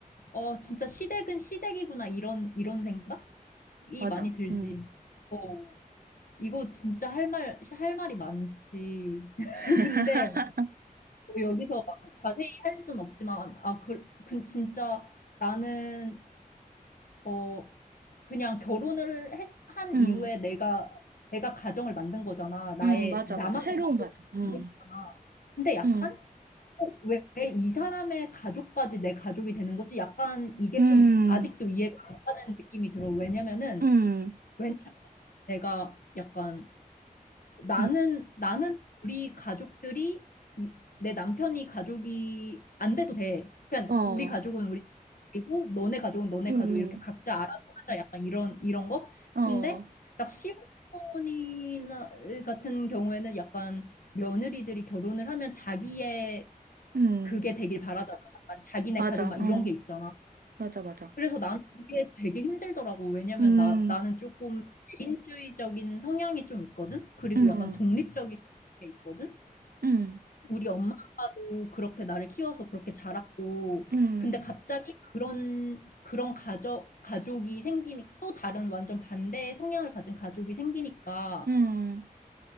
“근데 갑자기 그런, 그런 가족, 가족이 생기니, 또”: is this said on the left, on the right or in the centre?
Left